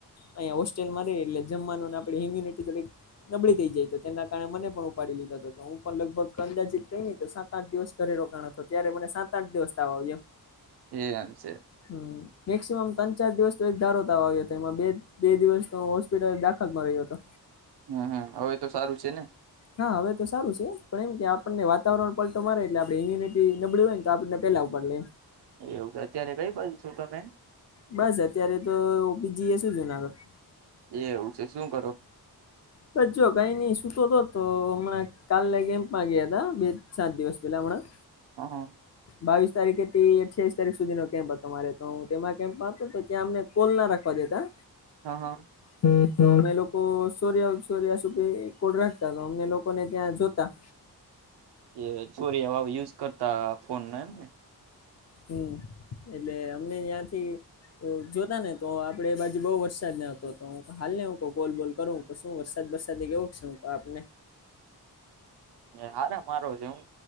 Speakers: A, on the left; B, on the right.
A: અહીંયા હોસ્ટેલમાં એટલે જમવાનું ને આપણી ઇમ્યુનિટી થોડીક નબળી નબળી થઈ જાય તો તેના કારણે મને પણ ઉપાડી લીધા તો હું પણ લગભગ અંદાજીત કઈને તો સાત આઠ દિવસ ઘરે રોકાણ હતો ત્યારે મને સાત આઠ દિવસ તાવ આવ્યો એમ
B: એમ છે
A: હ મેક્સિમમ ત્ર ચાર દિવસ એક ત આવ્યો હતો એમાં બે બે દિવસ ન હોસ્પિટલ દાખલ માં રહ્યો હતો
B: હમ્મ હમ્મ હવે તો સારું છે ને?
A: હા હવે તો સારું છે પણ એમ કે આપણને વાતાવરણ પલટો મારે એટલે આપણે ઇમ્યુનિટી એ નબળી હોય તો આપણને પેલા ઉપાડી લે.
B: એવું કે અત્યારે કઈ બાજુ છો તમે?
A: બસ અત્યારે તો ઓ પી જી એ શું જુનાગઢ.
B: એ હવું છે શું કરો?
A: બછ જો કઈ નઈ સૂતોતો તો હમણાં કાલે કેમ્પમાં ગયા હતા બે સાત દિવસ પેલા હમણાં.
B: હ હ.
A: બાવીસ તારીખેથી તે અઠ્ઠાવીસ તારીખ સુધીનો કેમ્પ હતો મારે તો હું તેમાં કેમ્પમાં હતો ત્યાં અમને કોલ ના રાખવા દેતા.
B: હા હા.
A: હમ્મ હમ્મ અમે લોકો સોર્યા સોર્યા સુપી કોડ રાખતા તો અમને લોકોને ત્યાં જોતા.
B: એ ચોરી હવા યુઝ કરતા ફોન ને એમને?
A: હમ્મ એટલે અમને યા થી તો જોતા ને તો આપડે બાજુ બઉુ વરસાદ ન હતો તો હું હાલ ને હું કઉ કોલ બોલ કરું તો શું વરસાદ વરસાદ કેવું છે આપને
B: હાર મારો છે હું